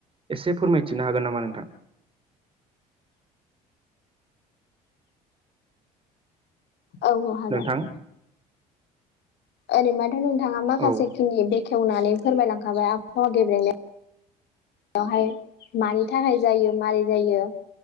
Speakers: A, on the right; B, on the left.
A: एसे फोरमायथिनो हागोन नामा नोंथां?
B: औ औ हागोन।
A: नोंथां
B: ओरैनोबाथ' नोंथाङा माखासे
A: औ
B: खिनि बेखेवनानै फोरमायलांखाबाय आबहावा गेब्रेंनाय वहाय मानि थाखाय जायो मारै जायो